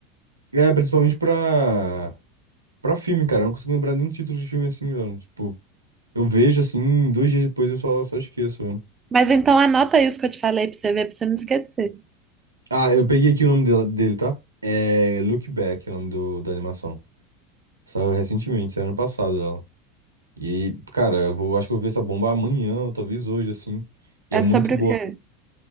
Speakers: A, on the right (about 80°); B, on the right (about 25°).
A: É, principalmente pra. Pra filme, cara. Eu não consigo lembrar nenhum título de filme assim, velho. Tipo, eu vejo assim, dois dias depois eu só, só esqueço, velho.
B: Mas então anota aí os que eu te falei pra você ver, pra você não esquecer.
A: Ah, eu peguei aqui o nome dela- dele, tá? É Look Back, é o nome do, da animação. Saiu recentemente, saiu ano passado ela. E, cara, eu vou, acho que eu vou ver essa bomba amanhã, ou talvez hoje, assim. E
B: É
A: é muito
B: sobre
A: boa.
B: o quê?